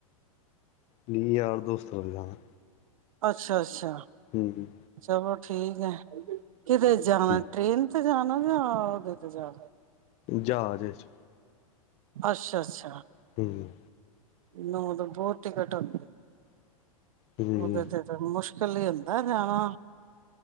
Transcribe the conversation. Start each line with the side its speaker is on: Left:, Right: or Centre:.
Left: ਨੀ ਯਾਰ ਦੋਸਤਾ ਨਾਲ।
Right: ਅੱਛਾ- ਅੱਛਾ।
Left: ਹੂੰ -ਹੂੰ।
Right: ਚਲੋ ਠੀਕ ਐ, ਕਿਧਰੇ ਜਾਣਾ
Left: ਠੀਕ
Right: ਟ੍ਰੇਨ ਤੇ ਜਾਣਾ ਜਾਂ ਉਹਦੇ ਤੇ ਜਾਣਾ।
Left: ਜਾਹਾਜ ਇਚ।
Right: ਅੱਛਾ- ਅੱਛਾ।
Left: ਹੂੰ।
Right: ਨੋ ਓਦਾ ਬੋਤ ਇਕਟ ਹੋਂਦੀ ਐ।
Left: ਹੂੰ
Right: ਉਹਦੇ ਤੇ ਤਾਂ ਮੁਸ਼ਕਿਲ ਹੀ ਹੁੰਦਾ ਜਾਣਾ